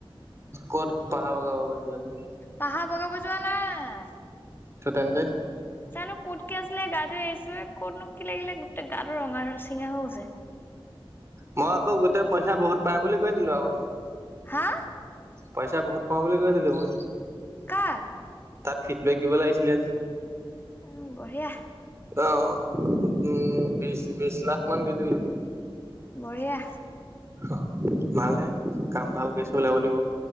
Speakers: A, on the right; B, on the left.
A: ক'ত পাহাৰ বগাব গৈছিলানো?
B: পাহাৰ বগাব যোৱা নাই।
A: চ' তেন্তে?
B: জানো ক'ত কি আছিলে, গা ধুই আহিছোহে ক'তনো কি লাগিলে গোটেই, গাটো ৰঙা চিঙা হৈ গৈছে।
A: মই আকৌ, গোটেই পইচা বহুত পাই বুলি কৈ দিলো আউ।
B: হা?
A: পইচা বহুত পাওঁ বুলি কৈ দিলো মই।
B: কাক?
A: তাত ফিডবেক দিব আহিছিলে যে।
B: উম, বঢ়িয়া।
A: অ', উম, বিছ, বিছ লাখ মান দি দিলো।
B: বঢ়িয়া।
A: অ', ভালহে, কাম ভাল কৰিচে বালে আউ দিব।